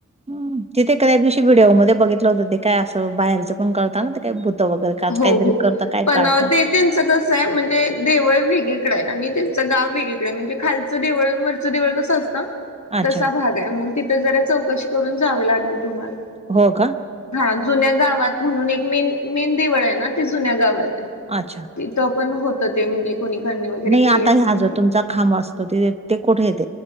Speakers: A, on the right; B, on the left.
A: ह तिथे एक दिवशी व्हिडिओ मध्ये बघितलं होतं ते काय असं बाहेरचं पण कळताना ते काय भुत वगैरे काज
B: हो
A: काहीतरी
B: भूत
A: करत काय
B: पण
A: काळता
B: ते त्यांचं कसं आहे म्हणजे देवळ वेगळी कडे आहे आणि त्यांचं गाव वेगळी कडे आहे म्हणजे खालचं देवळ वर कस असत
A: अच्छा
B: तसा भाग आहे मग तिथ जरा चौकशी करून जावी लागेल तुम्हाला
A: हो का
B: हा जुन्या गावात म्हणून एक मेन मेन देवळ आहे ना ते जुन्या गावात आहे
A: अच्छा
B: तिथं पण होतं ते म्हणजे कोणी वगैरे
A: नाही
B: केली
A: आता
B: असेल
A: हा जो
B: ना.
A: तुमचा खांब असतो ते ते कुठे येत